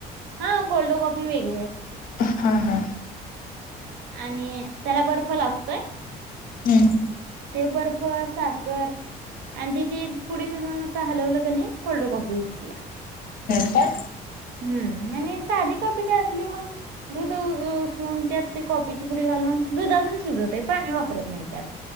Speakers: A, on the right; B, on the left.
A: हा कोल्ड कॉपी वेगळी असतेया.
B: हा हा.
A: आणि त्याला बर्फ लागतोय.
B: हम्म
A: ते बर्फ साखर आणि तिथी पुडी मिसळून नुस ता हलवलं क नी कोल्ड कॉफी होतया.
B: हे काय
A: हम्म आणि सादी कॉपी काय आपली मंग दुध उ उसळून त्यात ती कॉपीची पुडी घालून दुधातून शिजत आहे पाणी वापरत नाही त्यात.